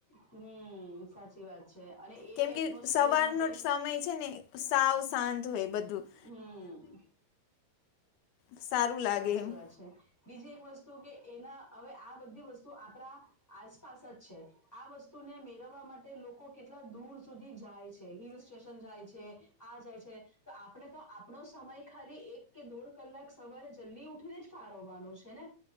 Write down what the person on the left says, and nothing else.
કેમ કે
સવારનો
સમય છે ને સાવ શાંત હોય બધું કે
સારું લાગે.
એમ